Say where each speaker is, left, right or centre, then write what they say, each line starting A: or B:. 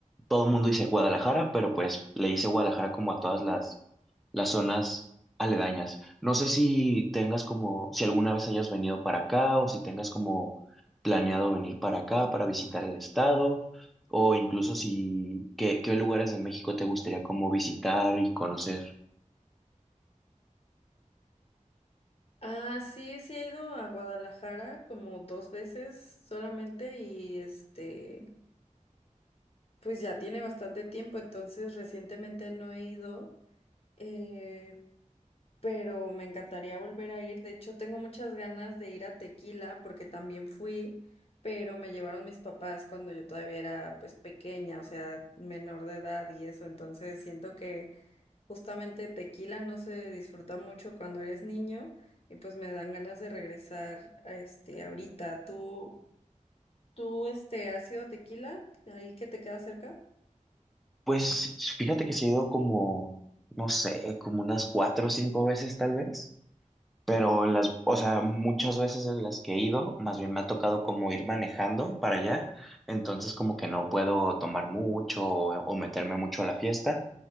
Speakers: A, in the centre; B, on the left.
A: todo el mundo dice Guadalajara, pero pues le dice Guadalajara como a todas las, las zonas aledañas. No sé si tengas como, si alguna vez hayas venido para acá o si tengas como planeado venir para acá para visitar el estado o incluso si, qué, qué lugares de México te gustaría como visitar y conocer.
B: Ah, sí, sí he ido a Guadalajara como dos veces solamente y este, pues ya tiene bastante tiempo, entonces recientemente no he ido. Eh, pero me encantaría volver a ir. De hecho, tengo muchas ganas de ir a Tequila porque también fui, pero me llevaron mis papás cuando yo todavía era pues pequeña, o sea, menor de edad y eso. Entonces siento que justamente Tequila no se disfruta mucho cuando eres niño y pues me dan ganas de regresar a este ahorita. ¿Tú, tú este, has ido a Tequila? Ahí que te queda cerca.
A: Pues fíjate que se ha ido como, no sé, como unas cuatro o cinco veces tal vez. Pero las, o sea, muchas veces en las que he ido, más bien me ha tocado como ir manejando para allá, entonces como que no puedo tomar mucho o, o meterme mucho a la fiesta,